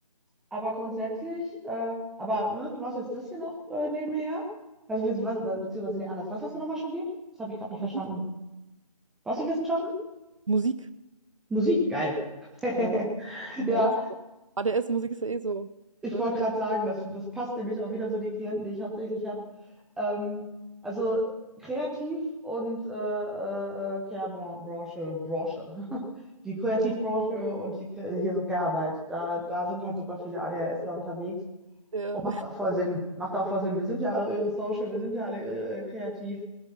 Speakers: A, in the centre; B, on the right (about 55°).
A: aber grundsätzlich, äh, aber ne, du machst jetzt das hier noch äh, nebenher? Also, was, was- äh, beziehungsweise, nee, anders. Was hast du nochmal studiert? Das habe ich gerade nicht verstanden.
B: Ja.
A: Was für Wissenschaften?
B: Musik.
A: Musik, geil. <laughs>
B: Ja. Ja,
A: Ja.
B: nicht so. ADS-Musik ist ja eh so.
A: Ich
B: Ne?
A: wollte gerade sagen, das, das passt nämlich auch wieder so die Klienten, die ich hauptsächlich habe. Ähm, also Kreativ- und äh, äh, äh, Care-Branche, Branche. <laughs> Die Kreativbranche
B: Ja, voll.
A: und die, Kre- hier so Care-Arbeit. Da, da sind halt super viele ADHSler unterwegs.
B: Ja.
A: Und macht auch voll Sinn. Macht auch voll Sinn. Wir sind ja alle irre social, wir sind ja alle irre, äh, kreativ.